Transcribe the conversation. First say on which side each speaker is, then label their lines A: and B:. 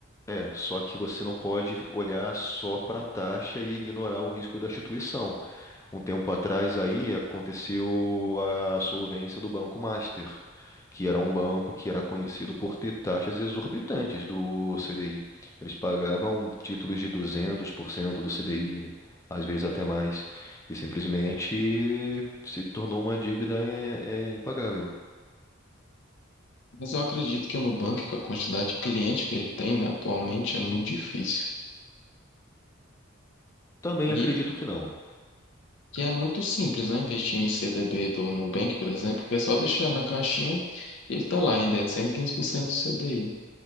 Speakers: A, on the left (about 15°); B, on the left (about 65°).
A: é, só que você não pode olhar só para a taxa e ignorar o risco da instituição. Um tempo atrás aí aconteceu a solvência do Banco Master, que era um banco que era conhecido por ter taxas exorbitantes do CDI. Eles pagavam títulos de 200% do CDI, às vezes até mais, e simplesmente se tornou uma dívida é, é, impagável.
B: Mas eu acredito que o Nubank, com a quantidade de cliente que ele tem, né, atualmente, é muito difícil.
A: Também
B: E,
A: acredito que não.
B: e é muito simples, né? Investir em CDB do Nubank, por exemplo, porque é só deixar na caixinha e ele está lá rendendo 115% do CDI.